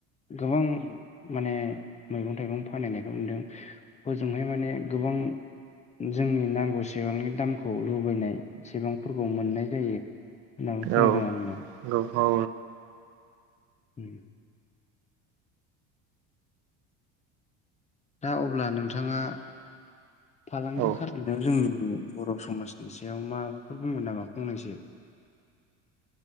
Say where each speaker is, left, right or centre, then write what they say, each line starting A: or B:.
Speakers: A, on the left; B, on the right.
A: गोबां माने मैगं थाइगं फानहैनायखौ नुदों। बोजोंहाय माने गोबां जोंनि नांगौसेबांनि दामखौ लु लुबैनाय सेबांफोरखौ मोननाय जायो होननानै खोनादों
B: औ
A: आरो ना।
B: औ औ नंगौ
A: उम दा अब्ला नोंथाङा फालांगि
B: औ
A: खालाम जोंनि बर' समाजनि सायाव माबाफोर बुंगोन नामा फंनैसो